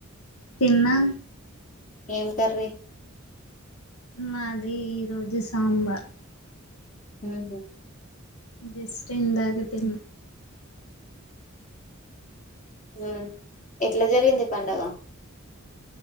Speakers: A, on the left; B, on the left.
A: తిన్నా
B: ఏం కర్రీ
A: మాది ఈ రోజు సాంబార్
B: హ్మ్మ్
A: జస్ట్ ఇందాకే తిన్న
B: హ ఎట్లా జరిగింది పండుగ